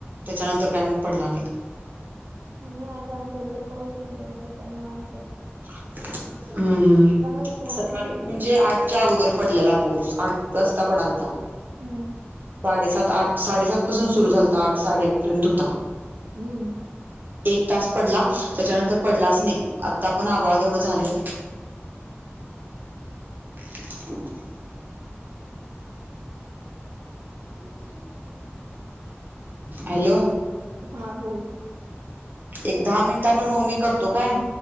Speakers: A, on the right; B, on the right.
A: त्याच्यानंतर काय मग पडला नाही.
B: नाही, आज आमच्या इकडे पाऊस नाही आहे, सध्या निंवात हाय.
A: हम्म, हम्म,
B: विश्रांती
A: सकाळी
B: घेतली
A: म्हणजे आठ च्या अगोदर पडलेला पाऊस, आज जास्त पडालता,
B: हम्म
A: साडेसात आठ, साडेसात पासून सुरु झालता, आठ साडेआठ पर्यंत होता.
B: हम्म
A: एक तास पडला, त्याच्यानंतर पडलाच नाही, आता पण आभाळ तेवढं झालंय. <inaudible>
B: <unintelligible>
A: हॅलो
B: हा, बोल
A: एक दहा मिनिटांन म मी करतो, काय